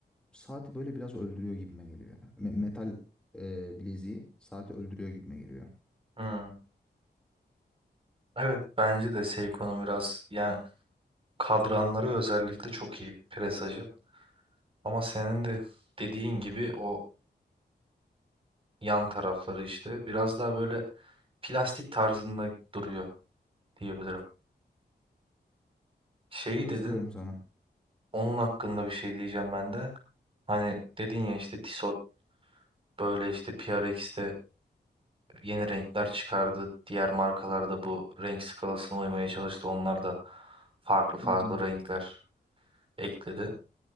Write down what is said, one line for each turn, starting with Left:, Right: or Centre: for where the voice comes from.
Centre: saati böyle biraz öldürüyor gibime geliyor. Me- metal eee bileziği saati öldürüyor gibime geliyor.
Right: Hmm. Evet bence de Seiko'nun biraz yani kadranları özellikle çok iyi presajın. Ama senin de dediğin gibi o yan tarafları işte biraz daha böyle plastik tarzında duruyor diyebilirim. Şeyi
Centre: Katılıyorum
Right: dedin
Centre: sana.
Right: Onun hakkında bir şey diyeceğim ben de. Hani dedin ya işte Tissot böyle işte PRX'te yeni renkler çıkardı. Diğer markalarda bu renk skalasına uymaya çalıştı. Onlar da farklı farklı
Centre: Hı hı.
Right: renkler ekledi.